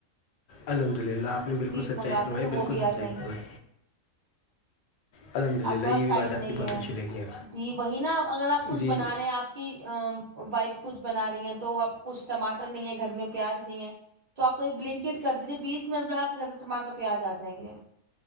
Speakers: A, on the left; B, on the right.
A: الحد للہپ نےالل
B: فریز
A: سچائی
B: منگاتے
A: فرمائی
B: ہو تو وہ
A: بالکل
B: بھی آ
A: سچائی
B: جائیں
A: فرمائی
B: گی
A: الحمد للہ
B: آپ کے پاس
A: یہ بھی
B: ٹائم
A: بات آپ
B: نہیں
A: کی بہت
B: ہے
A: اچھی لگی ہے
B: جی وہی نا اگر آپ کچھ
A: جی
B: بنا رہے ہیں آپ کی ا وائف کچھ بنا رہی ہیں تو اب کچھ ٹماٹر نہیں ہے گھر میں پیاز نہیں ہے تو آپ تو ایک بلنکٹ کر دیجیے بیس منٹ میں آپ کے گھرٹاٹر پیاز آ جائیں گے